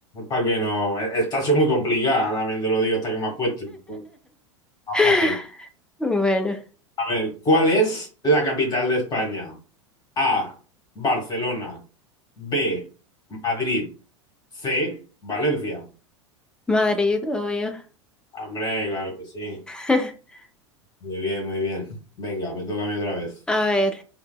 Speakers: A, on the left; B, in the centre.
A: Para que no... eh, Esta ha sido muy complicada, también te lo digo, esta que me has puesto. Bueno, Más
B: <laughs>
A: fácil.
B: Bueno,
A: A ver, ¿cuál es la capital de España? A, Barcelona, B, Madrid, C, Valencia.
B: Madrid, obvio.
A: Hombre, claro que sí.
B: <laughs>
A: Muy bien, muy bien. Venga, me toca a mí otra vez.
B: A ver,